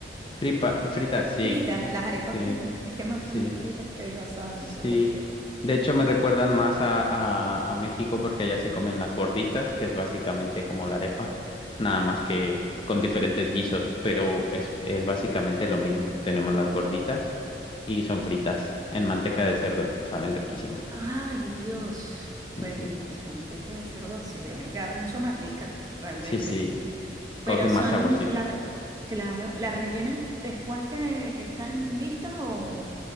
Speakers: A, on the left; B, on the right.
A: Fripa, fritas, sí,
B: Fritas, las arepas
A: sí,
B: fritas, es que me
A: sí,
B: gustan más fritas que asadas,
A: sí.
B: no sé por qué.
A: De hecho, me recuerdan más a, a, a México porque allá se comen las gorditas, que es básicamente como la arepa, nada más que con diferentes guisos, pero es, es básicamente lo mismo. Tenemos las gorditas y son fritas en manteca de cerdo, saben riquísimas.
B: Ay, Dios, pero
A: Sí,
B: en pues, manteca de cerdo, sí, deben quedar mucho más ricas, realmente.
A: sí, sí, coge
B: Pero
A: más
B: son
A: saborcito.
B: las, claro, las rellenas después que, que están listas o,